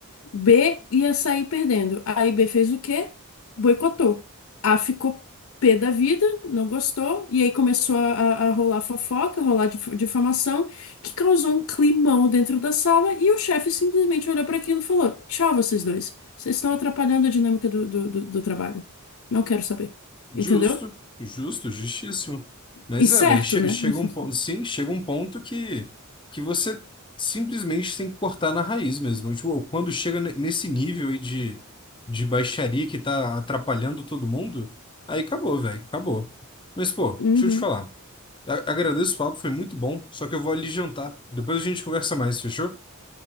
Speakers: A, on the left; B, on the left.
A: B ia sair perdendo. Aí B fez o quê? Boicotou. A ficou pé da vida, não gostou, e aí começou a, a- a rolar fofoca, rolar dif- difamação, que causou um climão dentro da sala, e o chefe simplesmente olhou para aquilo e falou: Tchau, vocês dois. Vocês estão atrapalhando a dinâmica do, do do- do trabalho. Não quero saber.
B: Justo,
A: Entendeu?
B: justo, justíssimo. Mas
A: E certo,
B: é, velho, che-
A: né?
B: chega
A: <laughs>
B: um ponto, sim, chega um ponto que, que você simplesmente tem que cortar na raiz mesmo. Tipo, quando chega ne- nesse nível aí de, de baixaria que tá atrapalhando todo mundo, aí acabou, velho, acabou. Mas, pô,
A: Uhum.
B: deixa eu te falar. A- agradeço o papo, foi muito bom, só que eu vou ali jantar. Depois a gente conversa mais, fechou?